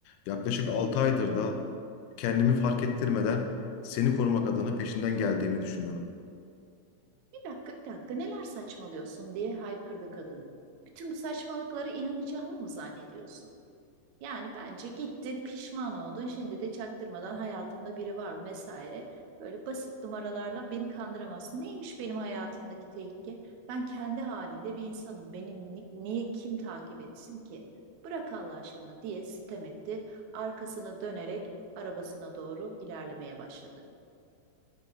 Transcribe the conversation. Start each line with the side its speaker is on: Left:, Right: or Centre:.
Left: Yaklaşık 6 aydır da kendimi fark ettirmeden seni korumak adına peşinden geldiğimi düşünüyorum.
Right: Bir dakika bir dakika neler saçmalıyorsun diye haykırdı kadın. Bütün bu saçmalıklara inanacağımı mı zannediyorsun? Yani bence gittin pişman oldun şimdi de çaktırmadan hayatında biri var mı vesaire. Böyle basit numaralarla beni kandıramazsın. Neymiş benim hayatımdaki tehlike? Ben kendi halinde bir insanım. Benim ni- niye kim takip etsin ki? Bırak Allah aşkına diye sitem etti. Arkasını dönerek arabasına doğru ilerlemeye başladı.